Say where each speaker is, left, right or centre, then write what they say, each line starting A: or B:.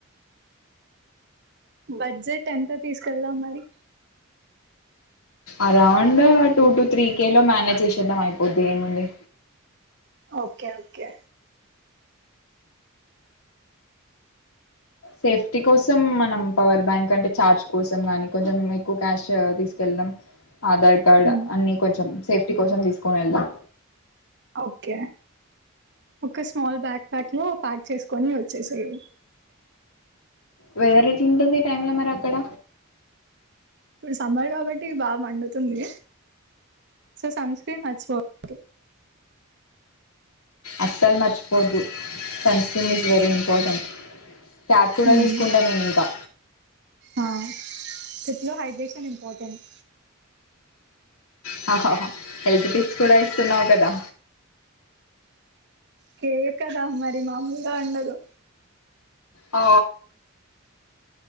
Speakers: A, on the right (about 55°); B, on the left (about 80°).
A: <inaudible> బడ్జెట్ ఎంత తీసుకెళ్దాం మరి
B: around two to three K లో మేనేజ్ చేసేద్దాం అయిపోద్ది ఏముంది
A: ఓకే ఓకే
B: సేఫ్టీ కోసం మనం పవర్ బ్యాంక్ అంటే ఛార్జ్ కోసం కానీ కొంచెం ఎక్కువ క్యాష్ తీసుకెళ్ ల్దం ఆధార్ కార్డ్
A: మ్మ్
B: అన్ని కొంచెం సేఫ్ కోసం తీసుకోని వెళ్దాం
A: ఓకే ఒక స్మాల్ బ్యాగ్ ప్యాక్ లో ప్యాక్ చేసుకొని వచ్చేసెయి
B: వెదర్ ఎట్లుంటుంది ఈ టైమ్ లో మరి అక్కడ
A: ఇప్పుడు సమ్మర్ కాబట్టి బాగా మండుతుంది సో సన్ స్క్రీన్ మర్చిపోవద్దు
B: అస్సలు మర్చిపోవద్దు sunscreen is very important cap కూడా
A: మ్మ్.
B: తీసుకుంట నేను ఇంకా
A: ఆ ట్రిప్ లో హైడ్రేషన్ ఇంపార్టెంట్
B: హాహహ హెల్త్ టిప్స్ కూడా ఇస్తున్నావు కదా
A: కేర్ కదా మరి మామూలుగా ఉండదు
B: ఆ